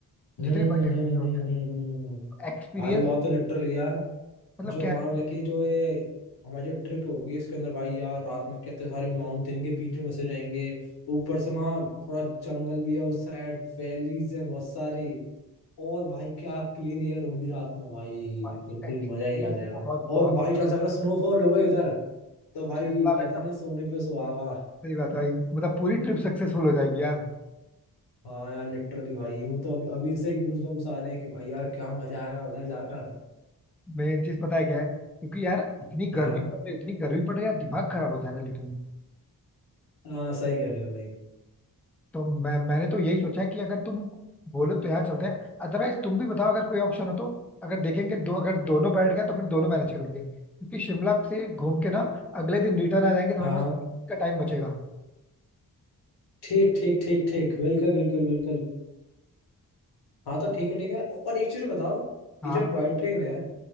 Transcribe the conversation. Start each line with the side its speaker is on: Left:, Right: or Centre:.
Left: हम्म
Centre: जितने बड़े ट्रेन
Left: हम्म
Centre: होते
Left: हम्म हम्म हम्म।
Centre: हैं एक्सपीरियंस
Left: भाई यार तो लिटरल यार
Centre: मतलब
Left: जो
Centre: क्या
Left: हमारा
Centre: है ना
Left: मतलब कि जो ये हमारी जो ट्रिप होगी इसके अंदर भाई यार रात में कितने सारे माउंटेन के बीच में फंसे जाएंगे ऊपर से वहाँ थोड़ा जंगल भी है उस साइड वैलीज है बहुत सारी और भाई क्या क्लीन एयर होगी रात में भाई
Centre: भाई
Left: बिल्कुल
Centre: एक्सपीरियंस
Left: मजा ही आ जाएगा
Centre: बहुत
Left: और
Centre: बहुत
Left: बाई चांस अगर स्नोफॉल हो गई उधर तो भाई
Centre: शिमला
Left: कहते
Centre: में तो
Left: हैं ना सोने पे सुहागा
Centre: सही बात है भाई मतलब पूरी ट्रिप सक्सेसफुल हो जाएगी यार
Left: हाँ यार लिटरली भाई वो तो अभी अभी से ही गूज बम्स आ रहे हैं कि भाई यार क्या मजा आया उधर जाकर
Centre: मेन चीज पता है क्या है क्योंकि यार इतनी
Left: हाँ
Centre: गर्मी
Left: हाँ
Centre: पड़ रही है इतनी गर्मी पड़ रही है यार दिमाग खराब हो जा रहा है लिटरली
Left: हाँ, सही कह रहे हो भाई
Centre: तो मैं मैंने तो यही सोचा है कि अगर तुम बोलो तो यहाँ चलते हैं अदरवाइज तुम भी बताओ अगर कोई ऑप्शन हो तो अगर देखेंगे दो अगर दोनों बैठ गए तो फिर दोनों मैनेज कर लेंगे क्योंकि शिमला से घूम के ना अगले दिन रिटर्न आ जाएंगे तो हमारे
Left: हाँ
Centre: पास
Left: हाँ
Centre: का टाइम बचेगा
Left: ठीक ठीक ठीक ठीक बिल्कुल बिल्कुल बिल्कुल हाँ तो ठीक है ठीक है और एक चीज बताओ
Centre: हाँ
Left: ये जो टॉय ट्रेन है